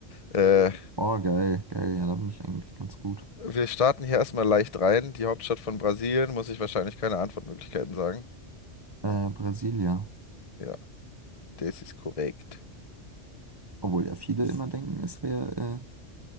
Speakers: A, on the left (about 35°); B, on the right (about 30°).
A: Äh,
B: Oh, geil, geil. Ja, da bin ich eigentlich ganz gut.
A: wir starten hier erstmal leicht rein. Die Hauptstadt von Brasilien, muss ich wahrscheinlich keine Antwortmöglichkeiten sagen.
B: Äh, Brasilia.
A: Ja, das ist korrekt.
B: Obwohl ja viele immer denken, es wäre äh,